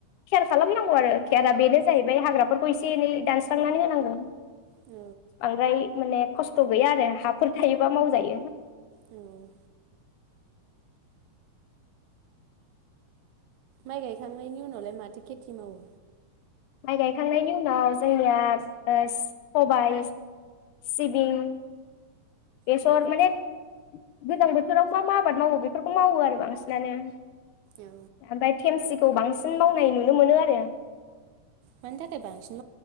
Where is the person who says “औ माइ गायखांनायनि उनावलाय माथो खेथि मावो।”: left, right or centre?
Right